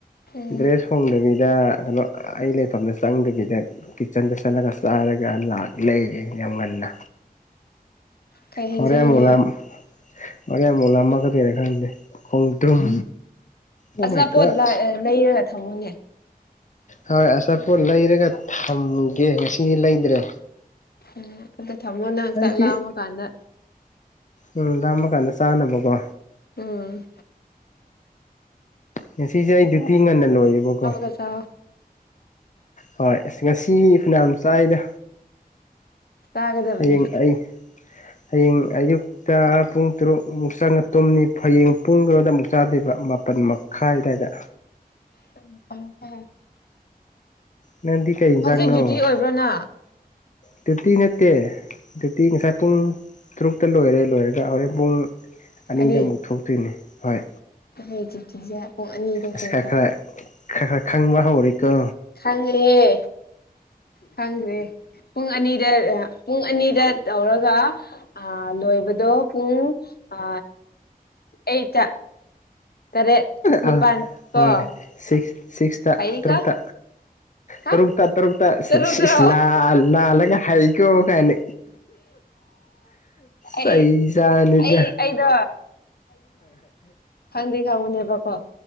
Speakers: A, on the left; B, on the left.
A: ꯎꯝ
B: ꯗ꯭ꯔꯦꯁ ꯍꯣꯡꯗꯕꯤꯗ ꯀꯩꯅꯣ ꯑꯩ ꯂꯩꯐꯝꯗ ꯆꯪꯗꯕꯤꯗ ꯀꯤꯠꯆꯟꯗ ꯆꯠꯂꯒ ꯆꯥꯔꯒ ꯂꯥꯛꯂꯩ ꯌꯥꯝ ꯉꯟꯅꯥ
A: ꯀꯩ ꯍꯦꯟꯖꯥꯡꯅꯣ
B: ꯍꫭꯔꯦꯟ ꯃꯨꯛꯂꯥꯝ ꯍꫭꯔꯦꯟꯃꯨꯛ ꯂꯥꯝꯃꯛꯀꯥꯗꯨꯏꯔꯥ ꯈꯪꯗꯦ ꯈꯣꯡꯗ꯭ꯔꯨꯝ ꯑꯣ
A: ꯑꯆꯥꯄꯣꯠ
B: ꯃꯥꯏ ꯒꯣꯠ
A: ꯂꯥꯏ ꯂꯩꯔꯒ ꯊꯝꯃꯨꯅꯦ꯫
B: ꯍꯣꯏ ꯑꯆꯥꯄꯣꯠ ꯂꯩꯔꯒ ꯊꯝꯒꯦ ꯉꯁꯤꯗꯤ ꯂꯩꯗ꯭ꯔꯦ꯫
A: ꯎꯝ ꯑꯗꯣ ꯊꯝꯃꯣ ꯅꯪ
B: ꯑꯩꯗꯤ
A: ꯆꯥꯛ ꯂꯥꯝꯃ ꯀꯥꯟꯗ
B: ꯎꯝ ꯂꯥꯝꯃ ꯀꯥꯟꯗ ꯆꯥꯅꯕꯀꯣ
A: ꯎꯝ꯫
B: ꯉꯁꯤꯁꯦ ꯑꯩ ꯗꯨꯇꯤ ꯉꯟꯅꯥ ꯂꯣꯏꯌꯦꯕꯀꯣ
A: ꯐꯖ
B: ꯍꯣꯏ ꯑꯁ ꯉꯁꯤ ꯐꯅꯥ ꯌꯥꯝ ꯆꯥꯏꯗ
A: ꯆꯥꯒꯗꯕꯅꯤ
B: ꯍꯌꯦꯡ ꯑꯩ ꯍꯌꯦꯡ ꯑꯌꯨꯛ ꯇ ꯄꯨꯡ ꯇꯔꯨꯛ ꯑꯃꯨꯛ ꯆꯪꯉꯥ ꯇꯨꯝꯅꯤ ꯐꯌꯦꯡ ꯄꯨꯡ ꯀꯩꯅꫭꯗ ꯑꯃꯨꯛ ꯆꯥꯗꯣꯏꯕ ꯃꯥꯄꯜ ꯃꯈꯥꯏ ꯑꯗꯥꯏꯗ
A: <unintelligible>
B: ꯅꯪꯗꯤ ꯀꯩ ꯏꯟꯖꯥꯡꯅꯣ
A: ꯍꯧꯖꯤꯛ ꯗ꯭ꯌꯨꯇꯤ ꯑꯣꯏꯕ꯭ꯔꯥ ꯅ
B: ꯗ꯭ꯌꯨꯇꯤ ꯅꯠꯇꯦ ꯗ꯭ꯌꯨꯇꯤ ꯉꯁꯥꯏ ꯄꯨꯡ ꯇꯔꯨꯛꯇ ꯂꯣꯏꯔꯦ ꯂꯣꯏꯔꯒ ꯍꯣꯔꯦꯟ ꯄꯨꯡ ꯑꯅꯤꯗ
A: ꯑꯅꯤ
B: ꯑꯃꯨꯛ ꯊꯣꯛꯇꯣꯏꯅꯦ ꯍꯣꯏ
A: ꯑꯩ ꯗ꯭ꯌꯨꯇꯤꯁꯦ ꯄꯨꯡ ꯑꯅꯤꯗ
B: ꯑꯁ
A: ꯂꯣꯏꯀꯣ
B: ꯈꯔ ꯈꯔ ꯈꯔ ꯈꯔ ꯈꯪꯕ ꯍꯧꯔꯦꯀꯣ
A: ꯈꯪꯉꯦꯍꯦ ꯈꯪꯈ꯭ꯔꯦ ꯄꯨꯡ ꯑꯅꯤꯗ ꯄꯨꯡ ꯑꯅꯤꯗ ꯇꯧꯔꯒ ꯑ ꯂꯣꯏꯕꯗꯣ ꯄꯨꯡ ꯑ ꯑꯩꯠ ꯇꯔꯦꯠ ꯅꯤꯄꯥꯜ
B: ꯍꯣꯏ
A: ꯀꯣ
B: ꯁꯤꯛꯁ ꯁꯤꯛꯁ
A: ꯑꯩꯒ
B: ꯇꯔꯨꯛꯇ
A: ꯍꯥ
B: ꯇꯔꯨꯛꯇ ꯇꯔꯨꯛꯇ
A: ꯇꯔꯨꯛ ꯇꯔꯣ
B: ꯂꯥꯜꯂꯒ ꯍꯥꯏ ꯀꯣꯒꯅꯦ
A: ꯑꯩ
B: ꯁꯩꯁꯥꯅꯤꯗ
A: ꯑꯩ ꯑꯩꯗꯣ ꯈꯪꯗ ꯈꯥꯎꯉꯅꯦꯦ ꯄꯄ